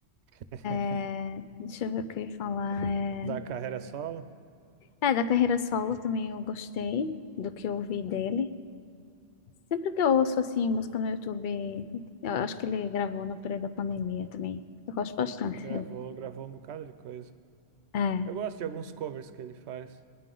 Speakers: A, on the right (about 80°); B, on the left (about 55°).
A: <laughs>
B: É, deixa eu ver o que eu ia falar. É,
A: Da carreira solo.
B: é, da carreira solo também eu gostei do que eu ouvi dele. Sempre que eu ouço assim música no YouTube, eu acho que ele gravou no período da pandemia também. Eu gosto bastante.
A: Gravou, gravou um bocado de coisa.
B: É.
A: Eu gosto de alguns covers que ele faz,